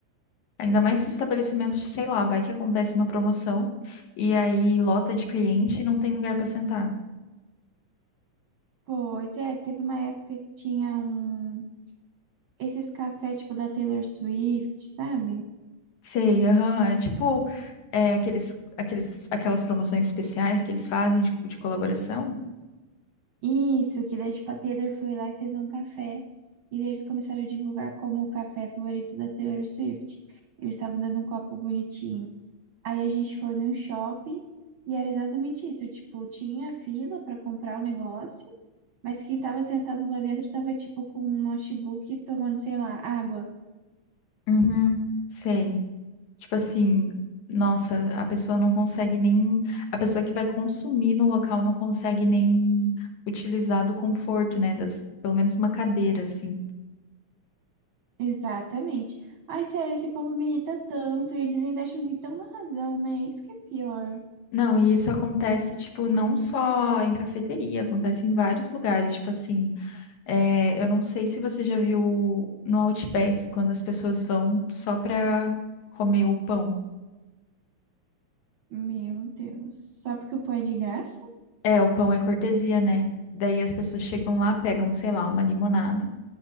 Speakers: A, on the left; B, on the right.
A: Ainda mais se o estabelecimento, sei lá, vai que acontece uma promoção e aí lota de cliente e não tem lugar para sentar.
B: pois é, teve uma época que tinha um esses cafés tipo da Taylor Swift, sabe?
A: Sei, aham, é tipo é, aqueles, aqueles, aquelas promoções especiais que eles fazem de, de colaboração.
B: Isso, que daí, tipo, a Taylor foi lá e fez um café. E daí eles começaram a divulgar como o café favorito da Taylor Swift. Eles estavam dando um copo bonitinho. Aí a gente foi num shopping e era exatamente isso. Tipo, tinha fila para comprar o negócio, mas quem tava sentado lá dentro tava, tipo, com um notebook tomando, sei lá, água.
A: Uhum, sei. Tipo assim, nossa, a pessoa não consegue nem. A pessoa que vai consumir no local não consegue nem utilizar do conforto, né? Das, pelo menos uma cadeira, assim.
B: Exatamente. Ai, sério, esse povo me irrita tanto. E eles ainda acham que estão na razão, né? Isso que é pior.
A: Não, e isso acontece, tipo, não só em cafeteria, acontece em vários lugares. Tipo assim, é, eu não sei se você já viu no Outback, quando as pessoas vão só pra comer o pão.
B: Meu Deus. Só porque o pão é de graça?
A: É, o pão é cortesia, né? Daí as pessoas chegam lá, pegam, sei lá, uma limonada.